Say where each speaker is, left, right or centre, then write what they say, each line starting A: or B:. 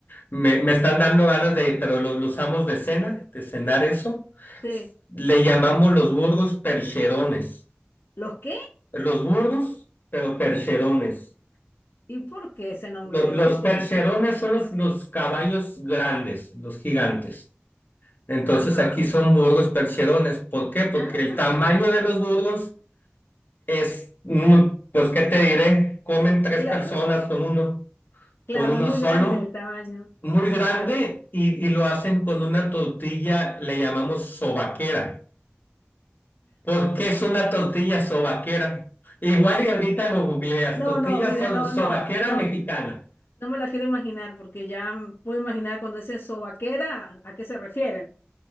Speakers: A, on the left; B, on the left.
A: me, me están dando ganas de, pero lo, lo usamos de cena, de cenar eso.
B: Sí.
A: Le llamamos los burgos percherones.
B: ¿Los qué?
A: Los burgos, pero percherones.
B: ¿Y por qué ese nombre?
A: Lo- Los,
B: ¿O ¿Qué, qué-
A: percherones
B: qué se re-
A: son los, los caballos grandes, los gigantes. Entonces
B: Ajá.
A: aquí son burgos percherones. ¿Por qué? Porque
B: Ah,
A: el tamaño
B: <laughs>
A: de los burgos Es, mm, pues, ¿qué te diré? Comen tres
B: claro,
A: personas con uno,
B: claro,
A: con uno
B: es muy
A: solo,
B: grande el tamaño.
A: muy grande
B: Claro.
A: y, y lo hacen con una tortilla, le llamamos sobaquera. ¿Por qué es una tortilla sobaquera? Igual y ahorita lo googleas,
B: No,
A: tortilla
B: no, mira,
A: so-
B: no,
A: sobaquera
B: no, no.
A: mexicana.
B: No me la quiero imaginar porque ya puedo imaginar cuando dice sobaquera, ¿a qué se refieren?